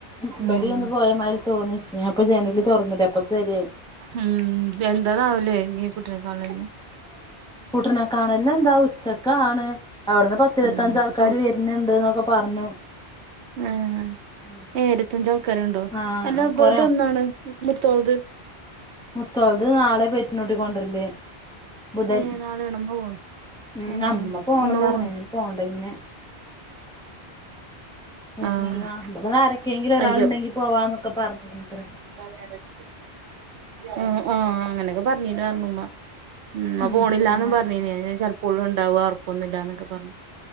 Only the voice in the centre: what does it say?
ഇബടി
ഒന്ന് പോയമാതിരി തോന്നിച്ച് ഞാൻ ഇപ്പ ജനല് തുറന്നിടെ അപ്പ ശരിയായി
കൂട്ടനൊക്കണല്ല എന്താ ഉച്ചക്കാണ്. അവിടുന്ന് പത്തിരുപത്തഞ്ച
ആൾക്കാര് വരുന്നുണ്ട് എന്നൊക്കെ പറഞ്ഞു.
ഉം
ആഹ്
കൊറ
മുത്തോളത് നാളെ പെറ്റിനോട്ടിക്ക കൊണ്ടല് ബുധൻ
ഉ
അമ്മ പോണന്ന്
പറഞ്ഞ പോണ്ട പിന്നെ വ
അ ആരക്കെങ്കില ഒരാൾ
ഉണ്ടെങ്കി പോവാന്നൊക്കെ പറഞ്ഞ അത്ര
അങ്ങനെ
ആരും